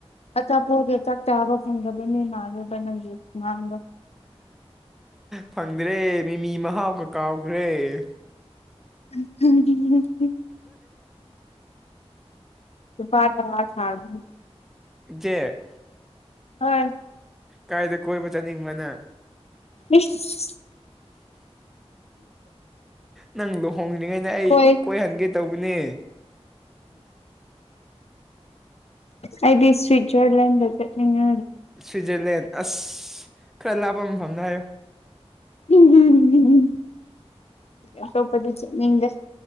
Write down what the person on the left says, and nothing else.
ꯑꯆꯥꯄꯣꯠꯒꯤ ꯆꯥꯛ ꯆꯥꯕ ꯐꯪꯗꯕ ꯃꯤ ꯃꯥꯜꯂꯦꯕ ꯅꯪꯒꯤ ꯈꯨꯉꯥꯡꯗꯣ
<unintelligible> ꯂꯨꯄꯥ ꯇꯔꯥ ꯐꯒꯅꯤ
ꯍꯣꯏ
ꯏꯁ
ꯍꯣꯏ
ꯑꯩꯗꯤ ꯁ꯭ꯋꯤꯠꯖꯥꯔꯂꯦꯟ ꯗ ꯆꯠꯅꯤꯡꯌꯦ
ꯎꯝꯝ ꯑꯇꯣꯞꯄꯗꯤ ꯆꯠꯅꯤꯡꯗꯦ